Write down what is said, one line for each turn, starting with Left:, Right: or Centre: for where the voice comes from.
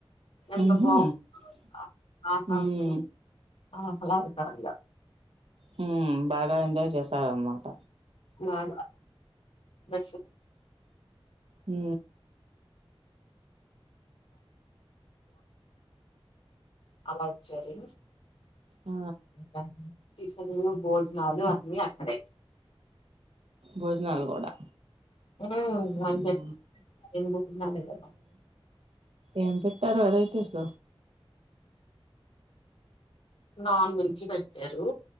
Left: ఎంత
Right: ఉహు
Left: బాగుందో ఆ వాతావరణం
Right: ఉ
Left: ఆ <unintelligible> కార్య
Right: హుబాగా ఎంజాయ్ చేసార్ అన్నమాట
Left: బాగా బస్
Right: హు
Left: <inaudible> అలా వచ్చారు
Right: ఆ
Left: ఇంకా టిఫిన్లు భోజనాలు అన్నీ అక్కడే
Right: భోజనాలు కూడా
Left: ఊ
Right: అవునా
Left: అంతే <unintelligible> భోజనాలే కదా
Right: ఎమ్ పెట్టారు వెరైటీస్
Left: నాన్ వెజ్ పెట్టారు